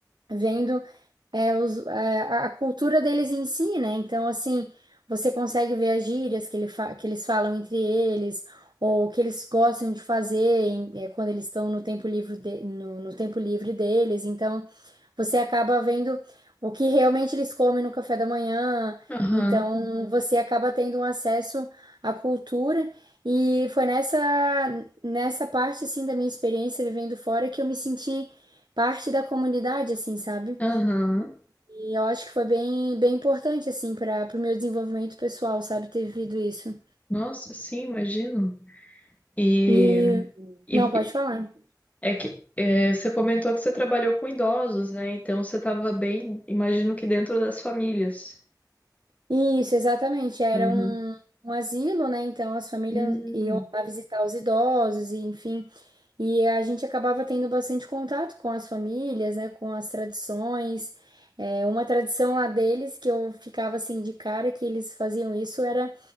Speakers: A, on the right; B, on the left.
A: vendo é, os- é, a, a cultura deles em si, né? Então, assim, você consegue ver as gírias que, ele fa- que eles falam entre eles, ou o que eles gostam de fazer em- é, quando eles estão no tempo livre de- no no tempo livre deles. Então. Você acaba vendo o que realmente eles comem no café da manhã,
B: Aham,
A: então Uhum. você acaba tendo um acesso à cultura. E foi nessa, nessa parte, assim, da minha experiência vivendo fora que eu me senti parte da comunidade, assim, sabe?
B: aham.
A: E eu acho que foi bem, bem importante, assim, para o meu desenvolvimento pessoal, sabe? Ter vivido isso.
B: Nossa, sim, imagino. E,
A: E.
B: e,
A: Não, pode falar.
B: É que é, você comentou que você trabalhou com idosos, né? Então você estava bem, imagino que dentro das famílias.
A: Isso, exatamente. Era
B: Uhum.
A: um, um asilo, né? Então as famílias
B: Hum,
A: iam lá visitar os idosos, e enfim. E a gente acabava tendo bastante contato com as famílias, né, com as tradições. É, uma tradição lá deles que eu ficava assim de cara que eles faziam isso era